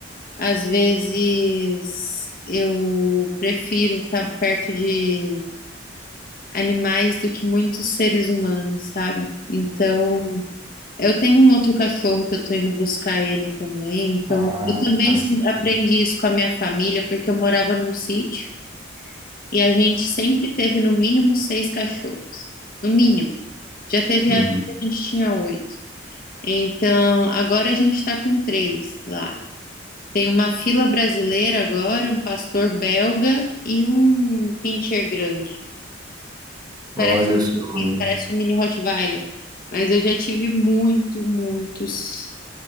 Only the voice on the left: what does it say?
Às vezes eu prefiro estar perto de animais do que muitos seres humanos, sabe? Então, eu tenho um outro cachorro que eu tô indo buscar ele também. Então,
eu também
sempre
aprendi isso com a minha família, porque eu morava num sítio e a gente sempre teve no mínimo seis cachorros. No mínimo. Já teve
época que a gente tinha oito. Então, agora a gente está com três lá. Tem uma fila brasileira agora, um pastor belga e um pincher grande. Parece,
parece um mini Rottweiler, mas eu já tive muito, muitos.